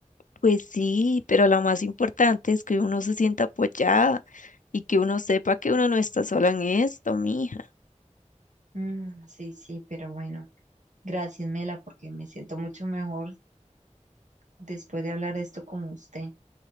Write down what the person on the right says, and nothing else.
Mm, sí, sí, pero bueno, gracias, Mela, porque me siento mucho mejor después de hablar de esto con usted.